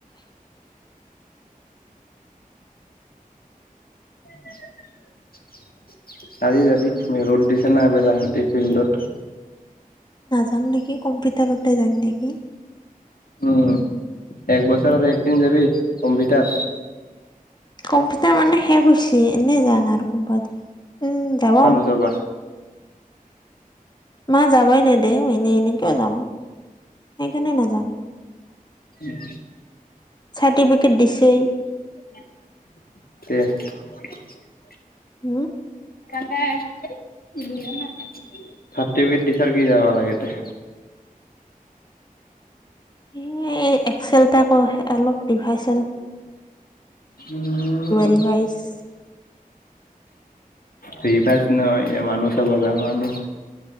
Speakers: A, on the left; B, on the left.
A: <inaudible> আজি যাবি ৰ'দ দিছে না বেলাভেতি ফিল্ডত।
B: নাযাওঁ নেকি কম্পিউটাৰতে যাওঁ নেকি?
A: উম এক বছৰ আৰু একদিন যাবি কম্পিউটাৰ।
B: কম্পিউটাৰ মানে শেষ হৈছে এনেই যাওঁ আ কোনোবা এদিন যাব।
A: মানুহ চাবা
B: মা যাবই নেদেয়ে এনেই এনেই কিয় যাম সেইকাৰণে নাযাম।
A: উম।
B: চাৰ্টিফিকেট দিছে।
A: <unintelligible>
B: উম।
A: <unintelligible> চাৰ্টিফিকেট দিছে যদি যাব লাগে দে।
B: এ একচেলটা অলপ ৰিভাইচেল হ'ল।
A: উম
B: ৰিভাইজ
A: ৰিফাজ নহয় এ মানুহ চাব যাম আমি।